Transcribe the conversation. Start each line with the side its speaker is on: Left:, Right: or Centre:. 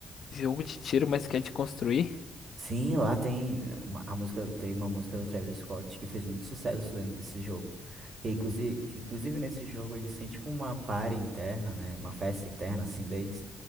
Left: Jogo de tiro, mas quer te construir?
Right: Sim, lá tem uma- a música, tem uma música do Travis Scott que fez muito sucesso dentro desse jogo. Que inclusive, que inclusive nesse jogo eles têm tipo uma party interna, né? Uma festa interna assim deles,